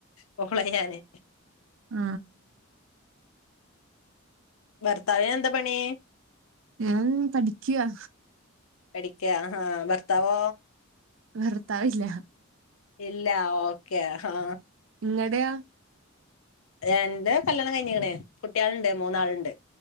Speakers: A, on the left; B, on the right.
A: കോളിയ്യാന്
B: ആ
A: ഭർത്താവിന് എന്താ പണി
B: ഞാൻ പഠിക്യാ
A: പഠിക്കാ ആഹ ബർത്താവോ
B: ഭർത്താവില്ല
A: ഇല്ല ഓക്കേ ആഹ
B: ഇങ്ങടയാ
A: എന്റെ കല്യാണം കഴിഞ്ഞുകണു കുട്ടിയാൾ ഉണ്ട് മൂന്നാളുണ്ട്